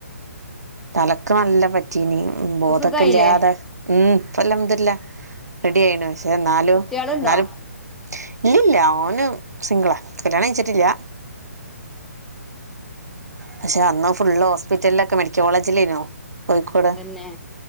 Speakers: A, on the right; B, in the centre.
A: തലക്ക് നല്ല പറ്റീനി. ഉം
B: ഇപ്പൊ
A: ബോധൊക്കെ
B: സുഖായില്ലേ
A: ഇല്ലാതെ. ഉം ഇപ്പല്ലാം ഇതില്ല റെഡി ആയിനു. പക്ഷേ ഇന്നാലും
B: കുട്ടികളുണ്ടോ
A: ന്നാലും ഇല്ലില്ല ഓന് സിംഗിളാ. കല്യാണം കഴിച്ചിട്ടില്ല. പക്ഷേ അന്ന് ഫുള് ഹോസ്പിറ്റലിലൊക്കെ. മെഡിക്കൽ കോളേജിലേർന്നു. കോയിക്കോട്.
B: തന്നെ